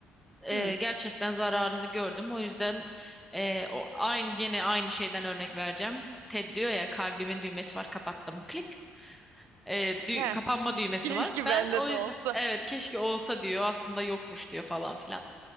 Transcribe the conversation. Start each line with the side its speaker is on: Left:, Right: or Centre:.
Centre: e,
Right: <laughs> Hı.
Centre: gerçekten zararını gördüm. O yüzden e, o, aynı gene aynı şeyden örnek vereceğim. Ted diyor ya kalbimin düğmesi var kapattım klik. E, dü-
Right: Heh,
Centre: kapanma düğmesi
Right: keşke
Centre: var. Ben
Right: bende
Centre: o
Right: de
Centre: yüzden
Right: olsa.
Centre: evet keşke olsa diyor aslında yokmuş diyor falan filan.